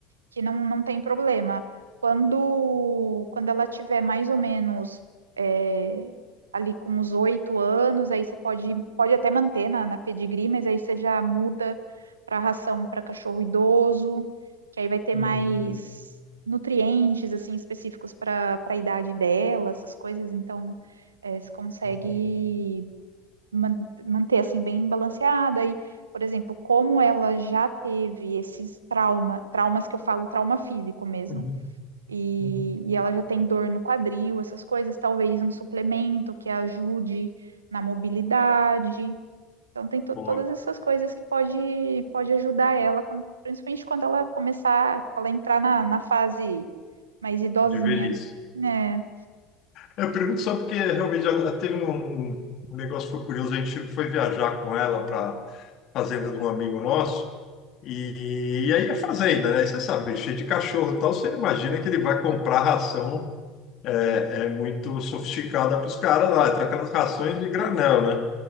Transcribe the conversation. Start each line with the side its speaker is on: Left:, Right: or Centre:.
Right: que não, não tem problema. Quando, quando ela tiver mais ou menos é, ali com os oito anos, aí você pode, pode até manter na, na pedigree, mas aí você já muda para ração para cachorro idoso, que aí vai ter
Left: Uhum.
Right: mais nutrientes assim específicos para para a idade dela, essas coisas. Então, é, você consegue
Left: Uhum.
Right: man- manter assim bem balanceada e, por exemplo, como ela já teve esses trauma, traumas que eu falo, trauma físico mesmo,
Left: Uhum.
Right: e,
Left: Uhum.
Right: e ela já tem dor no quadril, essas coisas, talvez um suplemento que ajude na mobilidade. Então tem to-
Left: Boa,
Right: todas essas coisas que pode, pode ajudar ela, quando- principalmente quando ela começar, quando ela entrar na, na fase mais idosinha,
Left: de velhice.
Right: né?
Left: Eu pergunto só porque realmente ela teve um, um negócio que foi curioso. A gente foi viajar com ela para fazenda de um amigo nosso. E, e aí é fazenda, né? E você sabe, cheio de cachorro e tal. Você não imagina que ele vai comprar ração é, é muito sofisticada para os caras lá. Então, aquelas rações de granel, né?